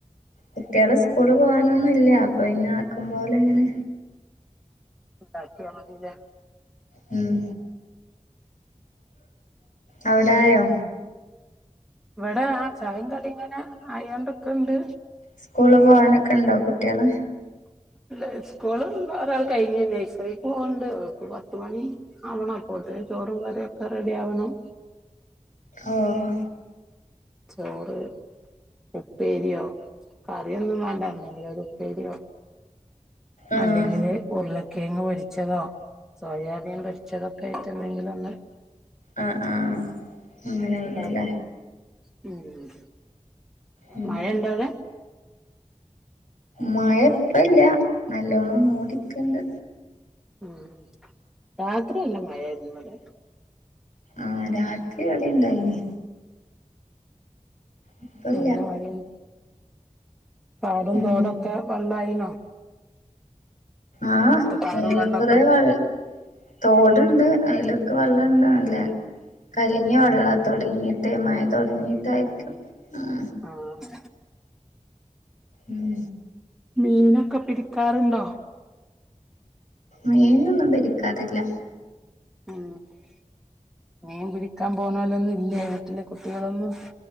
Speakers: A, on the left; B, in the centre.
A: കുട്ടികള് സ്കൂള് പോകാനൊന്നും ഇല്ല അപ്പൊ ഇന്ന് ആക്കുംപോലെ അങ്ങനെ
B: ഉണ്ടാക്കിയ മതിയല്ലോ
A: മ് അവിടായോ?
B: ഇവിടെ ആ ചായിം കടി ഇങ്ങനെ അയോണ്ട്ക്ക്ണ്ട്
A: സ്കൂള് പോകാനൊക്കെ ഇണ്ടോ കുട്ടികള്
B: ല്ല സ്കൂള ഒരാൾ കഴിഞ്ഞ് നേഴ്സറിക്ക് പോവണ്ട് പത്ത് മണി ആവണം അപ്പൊത്തിന് ചോറും കറിയൊക്കെ റെഡി ആവണം
A: ആഹ്
B: ചോറ് ഉപ്പേര്യോ കറിയൊന്നും വേണ്ട എന്തെങ്കിലൊരു ഉപ്പേര്യോ
A: ആഹ്
B: അല്ലെങ്കില് ഉരുളക്കിഴങ്ങ് പൊരിച്ചതോ സോയാബീൻ പൊരിച്ചതൊക്കായിട്ട്ണ്ടെങ്കിലൊന്ന്
A: ആഹ് ആഹ് അങ്ങനെവ്ടെലെ
B: വേണം ഉം
A: ഉം
B: മഴ ഉണ്ടോ അവിടെ
A: മയ പ്പല്ല നല്ലോണ്ണം മൂടിക്ക്ണ്ട്
B: ഉം രാത്രിയല്ല മഴായിരുന്നു വടെ
A: ആഹ് രാത്രി വടിണ്ടായിനി. ഇപ്പല്ല
B: നല്ല മഴിം പാടും
A: ഉം
B: തോട കെ വള്ളായീണോ?
A: ആഹ്
B: പാടും
A: ഏറെക്കുറെ
B: വെള്ളമൊക്കെ
A: വൾ തോട്ണ്ട് അയ്ലൊക്കെ വള്ളണ്ട് നല്ലേ കലങ്ങ്യ വള്ള തൊടങ്ങിട്ടേ മയ തൊടങ്ങീട്ടായിരിക്കും ആഹ്
B: ആഹ്
A: ഉം
B: മീനൊക്കെ പിടിക്കാറുണ്ടോ?
A: മീനൊന്നും പിടിക്കാറില്ല.
B: ഉം മീൻ പിടിക്കാൻ പോണോലൊന്നുല്ലേ വീട്ടിലെ കുട്ട്യെളൊന്നും